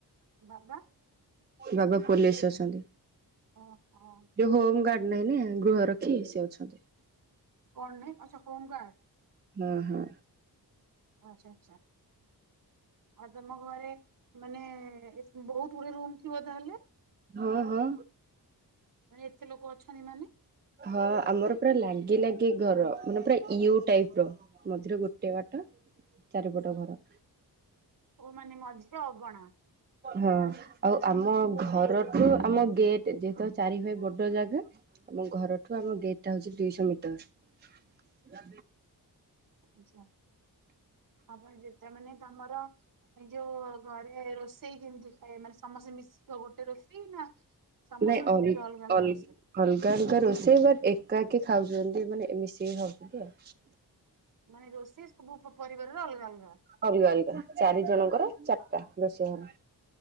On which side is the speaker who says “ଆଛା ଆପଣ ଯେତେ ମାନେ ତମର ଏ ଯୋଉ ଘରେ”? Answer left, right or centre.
Right